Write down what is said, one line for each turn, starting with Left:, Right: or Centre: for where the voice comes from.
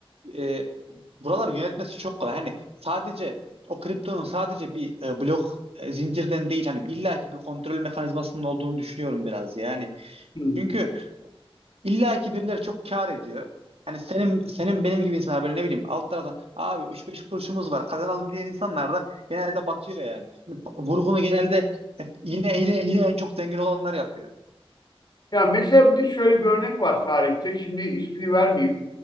Right: e, buralar yönetmesi çok kolay. Hani sadece o kriptonun sadece bir e, blok e, zincirden değil hani illaki bir kontrol mekanizmasının olduğunu düşünüyorum biraz yani.
Left: Hmm.
Right: Çünkü illaki birileri çok kâr ediyor. Hani senin senin benim gibi insanlar böyle ne bileyim alt taraftan abi 3-5 kuruşumuz var kazanalım diyen insanlar da genelde batıyor yani. Hani Vurgunu genelde e, yine yine yine en çok zengin olanlar yapıyor.
Left: Ya mesela bir de şöyle bir örnek var tarihte. Şimdi ismini vermeyeyim.